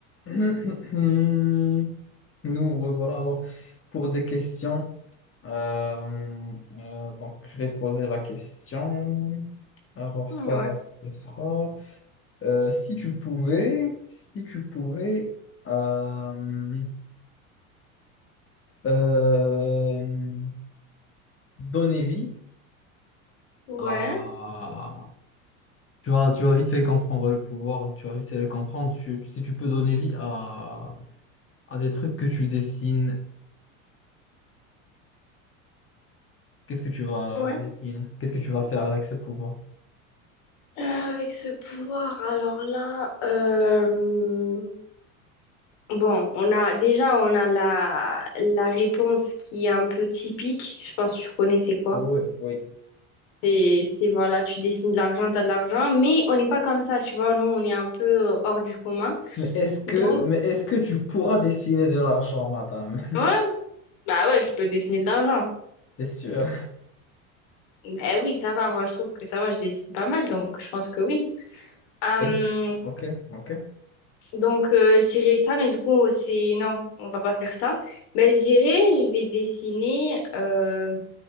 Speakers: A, on the left; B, on the left.
A: <laughs> Nous revoilà alors pour des questions. Euh, euh, donc, je vais poser la question. Alors,
B: Ouais,
A: ça, ce sera. euh, si tu pouvais, si tu pouvais euh, euh, donner vie
B: ouais,
A: à. Tu vas, tu vas vite fait comprendre le pouvoir, tu vas vite fait le comprendre. Tu- si tu peux donner vie à, à des trucs que tu dessines Qu'est-ce que tu vas
B: ouais.
A: dessiner? Qu'est-ce que tu vas faire avec ce pouvoir?
B: Euh, avec ce pouvoir, alors là, euh, bon, on a déjà on a la, la réponse qui est un peu typique. Je pense que tu connais c'est quoi.
A: Oui, oui.
B: C'est c'est, voilà, tu dessines de l'argent, t'as de l'argent, mais on n'est pas comme ça, tu vois. Nous, on est un peu euh, hors du commun.
A: Mais est-ce que,
B: Donc,
A: mais est-ce que tu pourras dessiner de l'argent, madame?
B: ouais, bah ouais, je peux dessiner de l'argent.
A: <laughs> T'es sûr?
B: Eh oui, ça va. Moi, je trouve que ça va. Je dessine pas mal, donc je pense que oui. Euh,
A: Et- Ok, ok.
B: Donc, euh, je dirais ça, mais du coup, c'est... Non, on va pas faire ça. ben je dirais, je vais dessiner... euh,